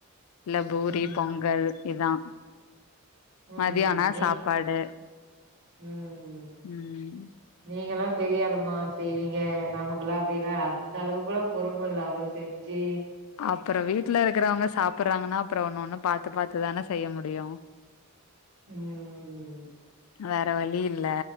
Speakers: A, on the left (about 70°); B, on the right (about 50°).
A: இல்ல பூரி
B: ம்
A: பொங்கல் இதா
B: ம்
A: மதியானோ
B: நீ
A: சாப்பாடு
B: ம்
A: உம்
B: நீங்கல்லா பெரியாளுமா செய்வீங்க நமக்கெல்லா அப்டில்லா அந்த அளவுக்குளா பொறுமல்ல அவ்ளோ செஞ்சி
A: அப்றோ வீட்ல இருக்கிறவங்க சாப்பிட்றாங்கன்னா அப்றோ ஒன்னு ஒண்ணு பாத்து பாத்து தானே செய்ய முடியு
B: உம் உம் உம்
A: வேற வழி இல்ல